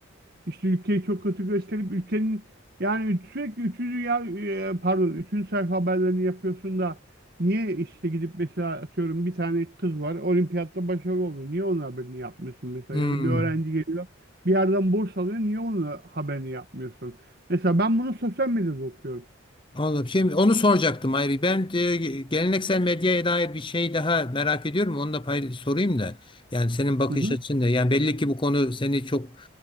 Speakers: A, on the right; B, on the left.
A: işte ülkeyi çok kötü gösterip ülkenin yani sürekli üçüncü ya e, pardon üçüncü sayfa haberlerini yapıyorsun da niye işte gidip mesela atıyorum bir tane kız var olimpiyatta başarılı oldu. Niye onun haberini yapmıyorsun mesela
B: Hmm.
A: ya da bir öğrenci geliyor bir yerden burs alıyor niye onun haberini yapmıyorsun? Mesela ben bunu sosyal medyada okuyorum.
B: Anladım. Şimdi onu soracaktım ayrı. Ben e, geleneksel medyaya dair bir şey daha merak ediyorum. Onu da pay- sorayım da. Yani senin bakış
A: Hı hı.
B: açın da. Yani belli ki bu konu seni çok